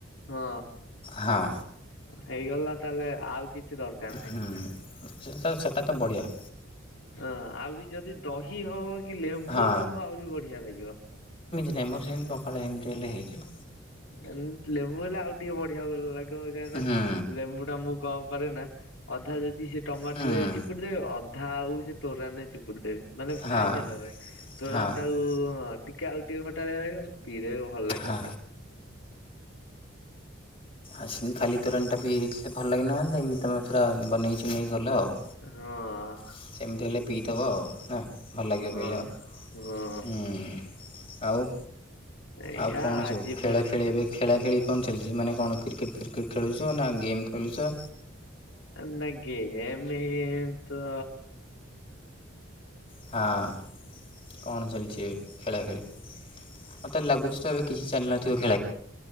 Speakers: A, on the left (about 75°); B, on the left (about 30°).
A: ହଁ।
B: ହଁ
A: ହେଇଗଲା ତାହେଲେ ଆଉ କିଛି ଦରକାର ନାହିଁ।
B: ହୁଁ ସେ ସେଟା ତ ବଢିଆ।
A: ହ ଆହୁରି ଯଦି ଦହି ହବ କି ଲେମ୍ବୁ
B: ହଁ
A: ହବ ଆହୁରି ବଢିଆ ଲାଗିବ।
B: ଯେମର ସେମିତି ପଖାଳଳେ ଏମିତି ହେଲେ ହେଇଯିବ।
A: ଏ ଲେମ୍ବୁ ହେଲେ ଆଉ ଟିକେ ବଢିଆ ଲାଗିବ କାହିଁକି ନା
B: ହୁଁ
A: ଲେମ୍ବୁ ଟା ମୁଁ। କଣ କରେ ନା ଅଧା ଯଦି ସେ ଟମାଟୋ
B: ହୁଁ
A: ରେ ଚିପୁଡ଼ି ଦେବେ ଅ ଧା ଆଉ ସେ ତୋରାନି ଚିପୁଡି ଦେବି। ମାନେ
B: ହଁ
A: ଖାଇସାରିଲା ପରେ। ତୋରାନ୍
B: ହଁ
A: ଟାକୁ ଟି ଟ ଆଉ ଟିକେ ଖଟା ଲାଗିବ। ପିଇଦେବେ ଭଲ ଲାଗେ।
B: ହୁଁ ଆସି ଖାଲି ତୋରାଣି ଟା ପିଇଲେ ଭଲ ଲାଗିନଥାନ୍ତା ଏମି ତମେ ପୁରା ବନେଇ ଚୁନେଇ କଲ ଆଉ।
A: ହଁ।
B: ସେମିତି ହେଲେ ପିଇଦବ ଆଉ ନା ଭଲ ଲାଗିବ
A: ହଁ
B: ପିଇଲେ ଆଉ।
A: ହଁ।
B: ହୁଁ। ଆଉ
A: ଏଇଆ
B: ଆଉ କଣ
A: ଆଜି
B: ସବୁ ଖେଳା
A: ପୁଣି
B: ଖେଳି ଏବେ ଖେଳା ଖେଳି କଣ ଚାଲିଛି ମାନେ କଣ କ୍ରିକେଟ ଫ୍ରିକେଟ ଖେଳୁଛ। ନା ଗେମ୍ ଖେୁଳୁଛ।
A: ନା ଗେମେ ତ
B: ହଁ କଣ ଚାଲିଛି ଏବେ ଖେଳା ଖେଳି। ମତେ ଲାଗୁଛି ତ ଏବେ କିଛି ଚାଲି ନଥିବ।